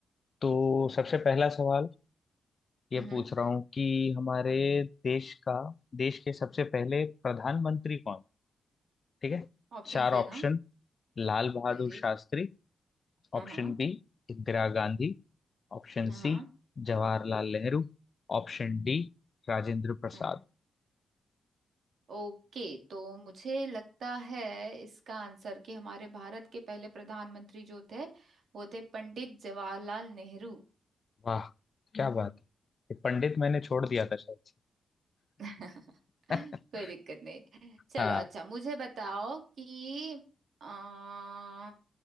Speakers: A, on the left; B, on the right.
A: तो सबसे पहला सवाल ये
B: हम्म
A: पूछ रहा हूँ कि हमारे देश का देश के सबसे पहले प्रधानमंत्री कौन ठीक है
B: ऑप्शंस
A: चार
B: देना
A: option Lal Bahadur
B: हाँ जी
A: Shastri
B: हाँ
A: Option
B: हाँ
A: B Indira Gandhi Option
B: हाँ हाँ
A: C Jawaharlal Nehru Option D Rajendra Prasad
B: हाँ। ओके तो मुझे लगता है इसका आंसर कि हमारे भारत के पहले प्रधानमंत्री जो थे वो थे पंडित जवाहरलाल नेहरू
A: वाह क्या बात है ये पंडित मैंने छोड़ दिया था शायद से
B: <laughs>
A: <laughs>
B: कोई दिक्कत नहीं चलो
A: हाँ
B: अच्छा मुझे बताओ कि आ,